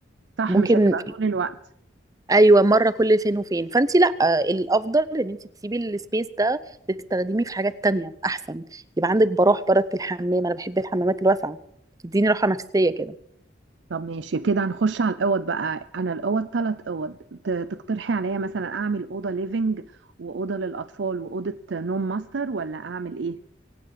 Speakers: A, on the right; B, on the right.
A: صح
B: ممكن
A: مش هتبقى طول الوقت
B: ايوه مره كل فين وفين فانت لا الافضل ان انت تسيبي السبيس ده تستخدميه في حاجات تانية احسن يبقى عندك براح برد في الحمام انا بحب الحمامات الواسعه تديني راحه نفسيه كده
A: طب ماشي كده هنخش على الاوض بقى انا الاوض ثلاث اوض ت- تقترحي عليا مثلا اعمل اوضه ليفنج واوضه للاطفال واوضه نوم ماستر ولا اعمل ايه